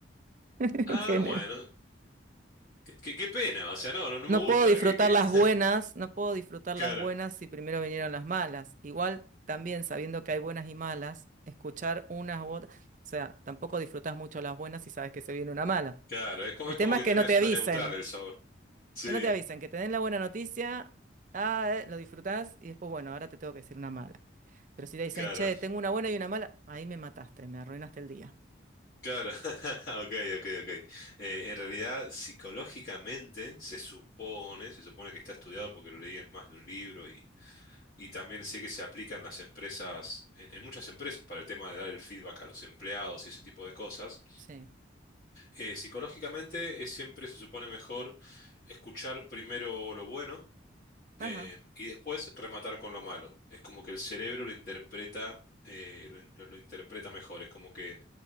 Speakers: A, on the right; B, on the left.
A: <laughs> en
B: Ah,
A: general.
B: bueno. Qué, qué- qué pena. O sea, no, no, no
A: No
B: me gusta
A: puedo disfrutar
B: que, que-
A: las
B: <laughs>
A: buenas, no puedo disfrutar
B: Claro,
A: las buenas si primero vinieron las malas. Igual también sabiendo que hay buenas y malas, escuchar unas u otras, o sea, tampoco disfrutas mucho las buenas si sabes que se viene una mala.
B: claro. Es como,
A: El
B: es
A: tema
B: como que
A: es que
B: termina
A: no te
B: siendo
A: avisen,
B: neutral el sabor. Sí,
A: que no te avisen, que te den la buena noticia, ah, eh, lo disfrutás y después, bueno, ahora te tengo que decir una mala. Pero si te dicen,
B: claro,
A: che, tengo una buena y una mala, ahí me mataste, me arruinaste el día.
B: claro. <laughs> Ok, ok, ok. Eh, en realidad, psicológicamente, se supone, se supone que está estudiado porque lo leí en más de un libro Y también sé que se aplican las empresas, en, en muchas empresas, para el tema de dar el feedback a los empleados y ese tipo de cosas.
A: Sí,
B: Eh, psicológicamente es siempre se supone mejor escuchar primero lo bueno
A: Ajá,
B: eh, y después rematar con lo malo. Es como que el cerebro lo interpreta, eh, lo, in- lo interpreta mejor. Es como que